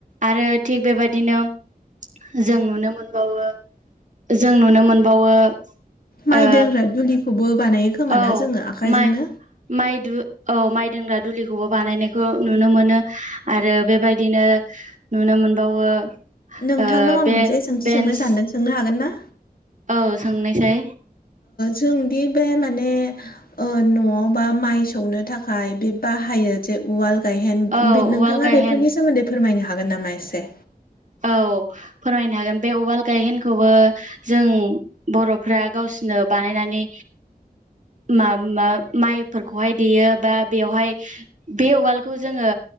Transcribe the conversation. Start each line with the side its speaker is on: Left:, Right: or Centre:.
Right: आरो थिग बेबायदिनो जों नुनो मोनबावो जों नुनो मोनबावो
Left: माइ
Right: ओ
Left: दग्रा दुलिखौबो बानायो खोमाना
Right: औ
Left: जोङो आखाइजोंनो
Right: माइ माइु औ माइ दोनग्रा दुलिखौबो बानायनायखौ नुनो मोनो आरो बेबायदिनो। नुनो मोनबावो
Left: नोंथांनाव
Right: ओ
Left: आं
Right: बे
Left: मोनसे सोंथि
Right: बेन्स
Left: सोंनो सानदों सोंनो हागोन ना
Right: औ सोंनोसै
Left: जोंदि बे माने न'आवबा माइ सौनो थाखाय बे बाहायो मोने उवाल गायहेन
Right: औ
Left: नोंथाङा
Right: उवाल गायहेन
Left: बेफोरनि सोमोन्दै फोरमायनो हागोन नामा एसे
Right: औ फोरमायनो हागोन बे उवाल गायहेनखौबो जों बर'फ्रा गावसिोरनो बानायनानै म मा माइफोरखौहाय देयो बा बेवहाय बे उवालखौ जोङो